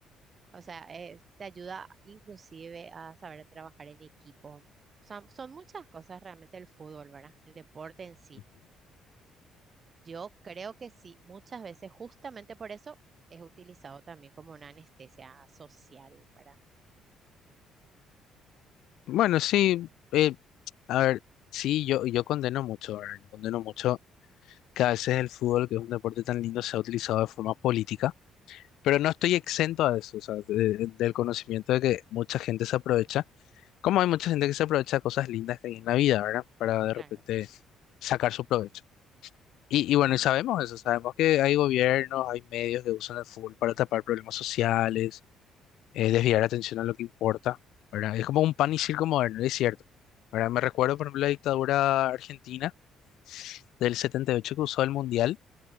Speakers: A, on the right; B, on the left.
A: o sea, eh, te ayuda inclusive a saber trabajar en equipo. Son, son muchas cosas realmente el fútbol, ¿verdad? El deporte en sí.
B: ujú.
A: Yo creo que sí, muchas veces justamente por eso es utilizado también como una anestesia social, ¿verdad?
B: Bueno, sí, eh, a ver, sí, yo, yo condeno mucho, ¿verdad? Yo condeno mucho que a veces el fútbol, que es un deporte tan lindo, se ha utilizado de forma política, pero no estoy exento a eso, o sea, de- del conocimiento de que mucha gente se aprovecha, como hay mucha gente que se aprovecha de cosas lindas que hay en la vida, ¿verdad? Para de
A: Claro,
B: repente sacar su provecho. Y,
A: sí.
B: y bueno, y sabemos eso, sabemos que hay gobiernos, hay medios que usan el fútbol para tapar problemas sociales eh, desviar la atención a lo que importa, ¿verdad? Es como un pan y circo moderno, es cierto, ¿verdad? Me recuerdo, por ejemplo, la dictadura argentina del 78 que usó el Mundial